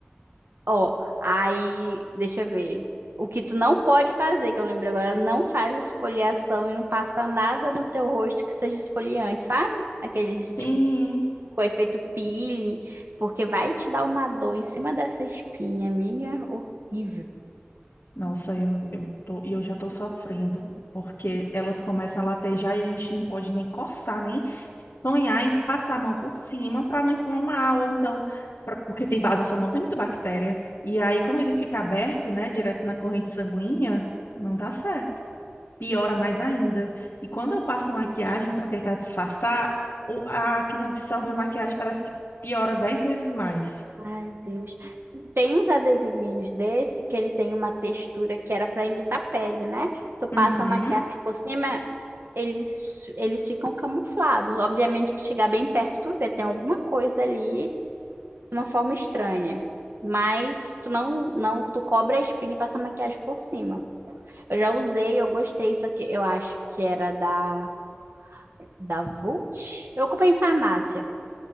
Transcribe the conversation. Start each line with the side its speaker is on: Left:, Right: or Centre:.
Right: Ó, aí, deixa eu ver. O que tu não pode fazer, que eu lembrei agora, não faz esfoliação e não passa nada no teu rosto que seja esfoliante, sabe? Aqueles,
Left: Sim.
Right: tipo, com efeito peeling, porque vai te dar uma dor em cima dessa espinha, minha, horrível.
Left: Nossa, eu, eu tô, e eu já tô sofrendo, porque elas começam a latejar e a gente não pode nem coçar, nem sonhar em passar a mão por cima para não inflamar, ou então, pra- porque tem, ba- nossa mão tem muita bactéria. E aí, como ele fica aberto, né, direto na corrente sanguínea, não dá certo. Piora mais ainda. E quando eu passo maquiagem para tentar disfarçar, o- a acne absorve a maquiagem, parece que piora dez vezes mais.
Right: Ai, Deus. Tem uns adesivinhos desse que ele tem uma textura que era para imitar pele, né? Tu passa
Left: Uhum,
Right: a maquiagem por cima, eles, eles ficam camuflados. Obviamente que chegar bem perto, tu vê, tem alguma coisa ali de uma forma estranha. Mas tu não, não, tu cobre a espinha e passa a maquiagem por cima. Eu já usei, eu gostei, só que eu acho que era da da Vult. Eu comprei em farmácia.